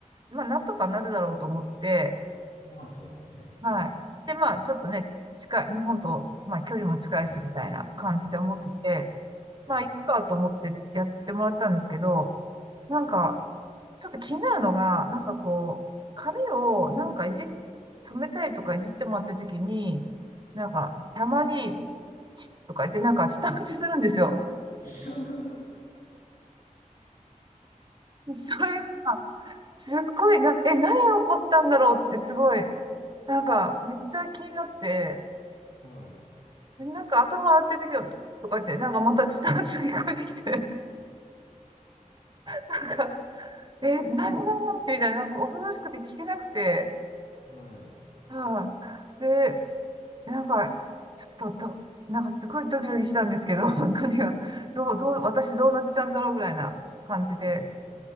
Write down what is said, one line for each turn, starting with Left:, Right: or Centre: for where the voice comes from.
Right: まあ、なんとかなるだろうと思って、
Left: まあ、そうですね。
Right: はい。
Left: はい。
Right: で、まあ、ちょっとね、近い、日本と、まあ、距離も近いし、
Left: うん。
Right: みたいな感じで思ってて、まあ、
Left: はい。
Right: いっかと思ってやってもらったんですけど、なんか、ちょっと気になるのが、なんかこう、髪をなんかいじっ、染めたりとかいじってもらってるときに、なんか、たまに、チッとか言って、なんか、舌打ちするんですよ。
Left: <laughs>
Right: <laughs> それが、すっごいな、え、何が起こったんだろうって、すごい、なんか、めっちゃ気になって、
Left: はい。<laughs> はい。
Right: なんか、頭洗ってるときは、チッとか言って、なんか、また舌打ちが聞こえてきて、なんか、え、何、何、何みたいな、なんか、恐ろしくて聞けなくて、
Left: はい。
Right: はい、で、なんか、ちょっとど、なんかすごいドキドキしたんですけど、<laughs> 何が、どう、
Left: はい。
Right: どう、私どうなっちゃうんだろうぐらいな感じで。
Left: はい。